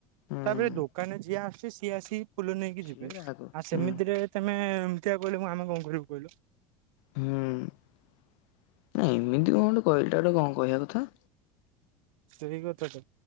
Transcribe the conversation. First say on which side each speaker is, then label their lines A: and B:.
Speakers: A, on the left; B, on the right.
A: ହୁଁ।
B: ତା ଭିତରେ ଦୋକ ମାନେ ଯିଏ ଆସୁେ ସିଏ ଆସି ଫୁଲ ନେଇକି
A: ସିଏ
B: ଯିବେ
A: ଗ୍ରାହକ
B: ଆଉ ସେମିତିରେ
A: ହୁଁ
B: ତମେ ଏମତି କହିଲ ମୁ ଆମେ କୋଣ ଘରକୁ କହିଲୁ
A: ହୁଁ ନ ଏମିତି କଣ ଗୋଟେ କହିଲଟା ଗୋଟ କଣ କହିବା କଥା
B: ସେଇ କଥା ତ